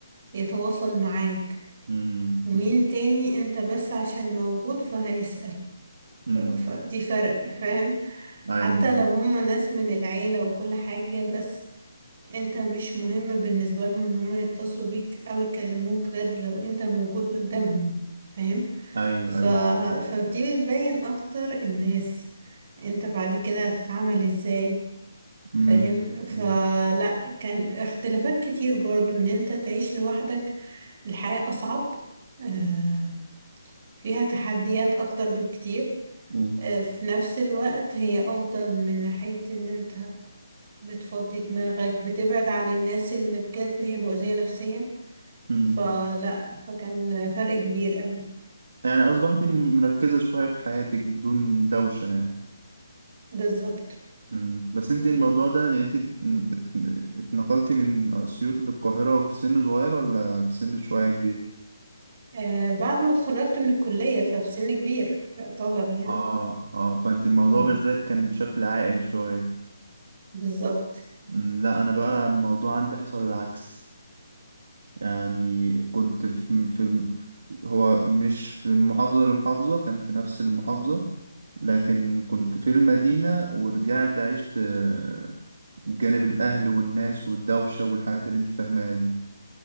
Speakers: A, on the right (about 45°); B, on the right (about 65°).
A: يتواصل معاك
B: مم.
A: ومين تاني انت بس عشان موجود فهيسأل ف...
B: مم.
A: فدي فرق فاهم حتى
B: أيوه أيوه
A: لو هما ناس من العيلة وكل حاجة بس انت مش مهم بالنسبة لهم ان هما يتصلوا بيك او يكلموك غير لو انت موجود قدامهم فاهم
B: أيوه
A: ف...
B: أيوه
A: فدي بتبين اكتر الناس انت بعد كده هتتعامل ازاي
B: مم.
A: فاهم فلا
B: مم.
A: كان اختلافات كتير برضو ان انت تعيش لوحدك الحياة أصعب آه، فيها تحديات أكتر بكتير
B: مم.
A: آه، في نفس الوقت هي أفضل من ناحية إن أنت بتفضي دماغك بتبعد عن الناس اللي بجد هي مؤذية نفسيا
B: مم.
A: فلا فكان فرق كبير قوي
B: يعني أصبحتي مركزة شوية في حياتك بدون دوشة يعني
A: بالظبط
B: مم. بس انتي
A: يعني
B: الموضوع ده يعني انتي ات- اتنقلتي من أسيوط للقاهرة في سن صغير ولا في سن شوية كبير؟
A: آه، بعد ما اتخرجت من الكلية ففي سن كبير يعتبر يعني
B: اه اه فانت الموضوع
A: ف-
B: بالنسبة لك كان بشكل عائل شوية
A: بالظبط
B: أمم، لا انا بقى
A: يعني-
B: الموضوع عندي حصل العكس يعني كنت في, في هو مش في محافظة لمحافظة كان في نفس المحافظة لكن كنت في المدينة ورجعت عشت آه، جانب الاهل والناس والدوشة والحاجات اللي انت فاهماها دي